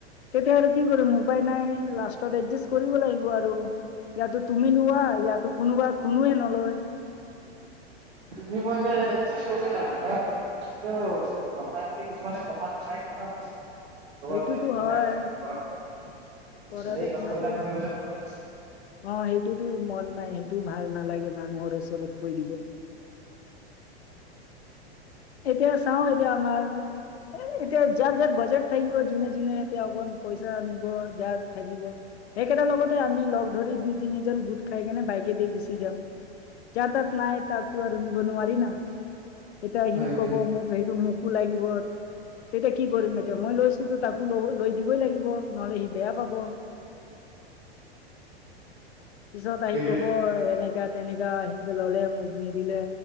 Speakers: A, on the left; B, on the right.
A: তেতিয়া আৰু কি কৰিম উপায় নাই, লাষ্টত এডজাষ্ট কৰিব লাগিব আৰু ইয়াতো তুমি লোৱা, ইয়াতো কোনোবা কোনোৱে নলয়।
B: তুমি মই যে এডজাষ্ট কৰি লম, বাত টো কথাই পতি কিছুমানে কথা শুনাই দিয়ে ন? <unintelligible>
A: সেইটোতো
B: তেনেকুৱা
A: হয়
B: হৈ আছে, বাত
A: পঢ়াটো
B: সেই
A: শুনাটো
B: কথাবিলাক শুনিবতে মন নাই
A: অ সেইটোতো মন নাই, সেইটোও ভাল নালাগে মানুহৰ ওৰত কৈ দিব এতিয়া চাওঁ এতিয়া আমাৰ এ এতিয়া যাক যাক বাজেট থাকিব যোনে যোনে এতিয়া অকন পইচা নিব যাক থাকিব। সেই কেইটাৰ লগতে আমি লগ ধৰি দুই-তিনিজন গোট খাই কেনে বাইকে দি গুচি যাম। যাৰ তাত নাই তাৰটো আৰু নিব নোৱাৰি না। এতিয়া
B: মানে।
A: সি ক'ব
B: সেইটোৱে
A: মোক হেইটো মোকো লাগিব তেতিয়া কি কৰিম এতিয়া মই লৈছোতো তাকো লব লৈ দিবই লাগিব নহলে সি বেয়া পাব। পিছত আহি
B: সেইটোৱে
A: কব এনেকা তেনেকা সিনকে ললে মোক নিদিলে,